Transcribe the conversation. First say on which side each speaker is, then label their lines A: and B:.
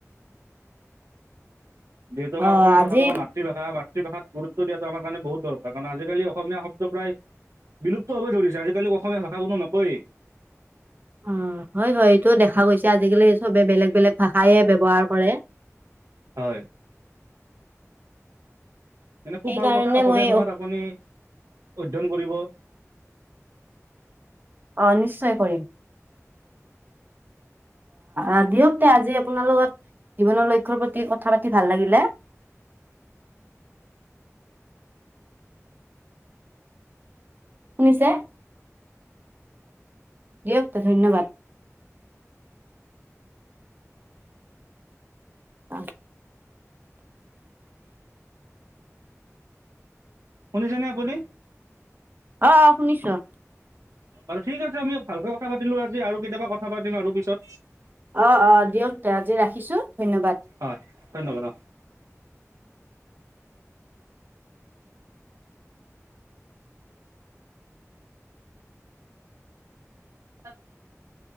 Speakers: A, on the right; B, on the right.
A: যিহেতু
B: অ',
A: আমাৰ অসমীয়া
B: আজি
A: ভাষাটো আমাৰ মাতৃভাষা মাতৃভাষাত গুৰুত্ব দিয়াটো আমাৰ কাৰণে বহুত দৰকাৰ কাৰণ আজিকালি অসমীয়া শব্দ প্ৰায় বিলুপ্ত হব ধৰিছে আজিকালি অসমীয়া ভাষা কোনো নকয়েই
B: অ হয় হয় এইটো দেখা গৈছে আজিকালি চবে বেলেগ বেলেগ ভাষাই ব্যৱহাৰ কৰে
A: হয় এনে খুব
B: সেইকাৰণে
A: ভাল কথা অসমীয়া
B: মই
A: ভাষাত আপুনি অধ্যয়ন কৰিব
B: অ নিশ্চয় কৰিম অ দিয়ক তে আজি আপোনাৰ লগত জীৱনৰ লক্ষ্য প্ৰতি কথা পাতি ভাল লাগিলে শুনিছে? দিয়ক তে ধন্যবাদ। অ
A: শুনিছেনে আপুনি?
B: অ শুনিছোঁ।
A: আৰু ঠিক আছে আমি ভালকে কথা পাতিলো আজি আৰু কেতিয়াবা কথা পাতিম আৰু পিছত।
B: অ অ দিয়ক তে আজি ৰাখিছো ধন্যবাদ।
A: হয় ধন্যবাদ অ <unintelligible>